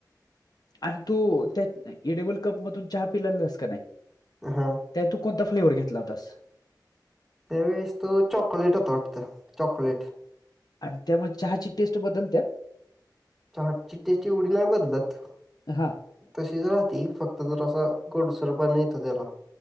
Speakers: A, on the left; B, in the centre.
A: आणि तो त्यात ए डेबल कप मधून चहा पिलालास का नाही
B: हा
A: त्या तू कोणता फ्लेवर घेतला होतास
B: त्यावेळेस तो चॉकलेट होतो वाटत चॉकलेट
A: आणि त्यामुळे चहाची टेस्ट बदल त्या्या
B: चहाट ची टेस्ट एवढी नाही बदलत
A: ह हां
B: तशीच राहती फक्त जर असा गोडसरबा नाही येत त्याला